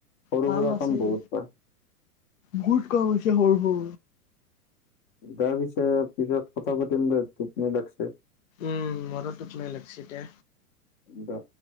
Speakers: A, on the left (about 35°); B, on the left (about 60°).
A: সৰু
B: কাম
A: সুৰা
B: আছিল,
A: বহুত পায়
B: বহুত কাম হৈছে সৰু সৰু
A: দেয়া পিছে পিছত কথা পাতিম দে, টোপনি লাগিছে।
B: উম, মোৰো টোপনি লাগছে দে।
A: দে।